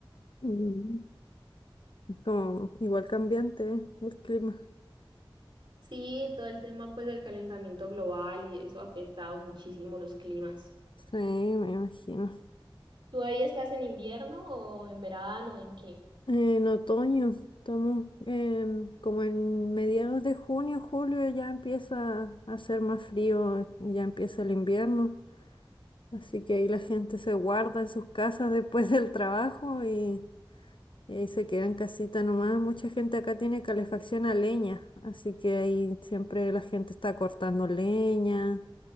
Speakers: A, on the left; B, on the right.
A: Mm, Es como igual cambiante, ¿eh? el clima.
B: Sí, todo el tema pues del calentamiento global y eso ha afectado muchísimo los climas.
A: Sí, me imagino.
B: ¿Tú ahí estás en invierno o en verano, en qué?
A: eh, En otoño, estamos em, como en mediados de junio, julio ya empieza a hacer más frío, ya empieza el invierno, así que ahí la gente se guarda en sus casas <laughs> después del trabajo y, y ahí se queda en casita nomás. Mucha gente acá tiene calefacción a leña, así que ahí siempre la gente está cortando leña